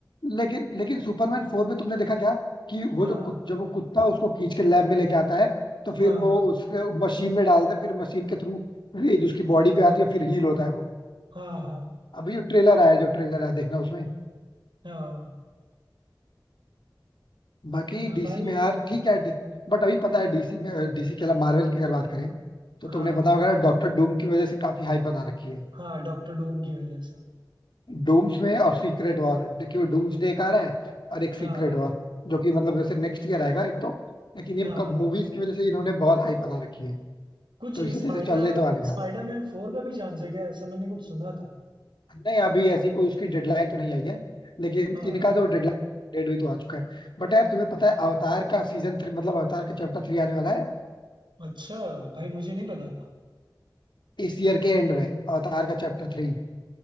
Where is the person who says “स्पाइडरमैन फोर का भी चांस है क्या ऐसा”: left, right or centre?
Right